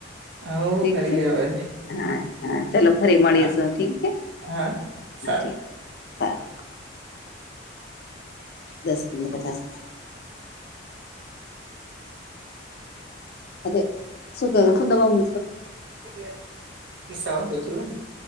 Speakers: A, on the right; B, on the left.
A: હવ
B: ઠીક
A: કરીએ
B: છે.
A: હવે
B: હા હા ચલો ફરી મળીશું
A: હા
B: ઠીક છે.
A: હા
B: હા
A: સારું
B: ઠીક સારું. દસ દીના પચાસ. અરે! <unintelligible>
A: <unintelligible>